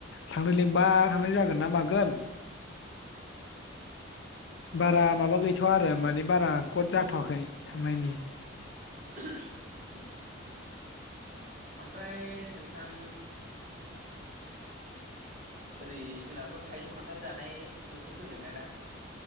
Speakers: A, on the left (about 60°); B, on the right (about 40°).
A: थांनो लिंबा थांनाय जागोन ना मागोन बारा
B: औ औ
A: माबा गैथ'वा आरो मानि बारा कद जाथ'वाखै थांनायनि
B: <unintelligible> उम। ओमफ्राय नोंथां ओरै जोंनाथ' थाइजौ, खान्थाल जानाय बोथोर फैबायना दा